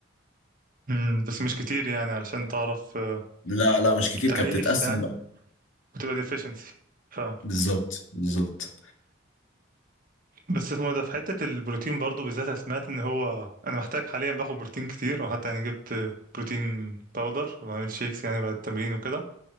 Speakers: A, on the right (about 45°); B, on the left (about 80°).
A: امم بس مش كتير يعني علشان تعرف آه،
B: لا لا مش كتير
A: تعيش
B: كانت بتتقسم
A: يعني
B: بقى
A: وتبقى ديفيشنسي فاهم
B: بالظبط بالظبط
A: بس اسمه إيه ده في حتة البروتين برضو بالذات أنا سمعت ان هو انا محتاج حاليا باخد بروتين كتير وحتى يعني جبت بروتين باودر وبعمل شيكس يعني بعد التمرين وكده